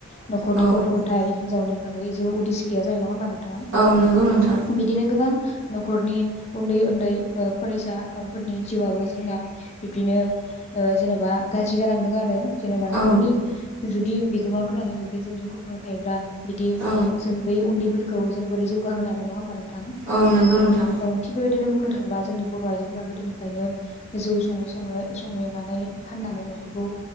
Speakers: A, on the left; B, on the right.
A: न'खरनि
B: औ
A: गथ' गथाय हिनजावनि बागै जेबो उदिस गैया जायो नङा होनबा नों थां
B: औ नंगौ नोंथां
A: बिदिनो गोबां न'खरनि उन्दै उन्दै ओ फरायसा ओ फोरनि जिउआबो जोंना बिब्दिनो ओ जेनेबा गाज्रि जालांदों आरो जेन'बा
B: औ
A: नखरनि जुदि बिगोमाफोरानो बिदि जौजों गफबना थायोब्ला बिदि
B: औ
A: जों बै उन्दैफोर खौ जों बोरै जौगाहोनो हानो नङा होनबा नों थां
B: औ नंगौ नोंथां
A: औ बिदिनो बुंनो थाङोब्ला जोंनि बर' आइजोफोरा गोदोनिफ्रायनो जौ सङै सङै संहोनानै फाननानै न'खरखौ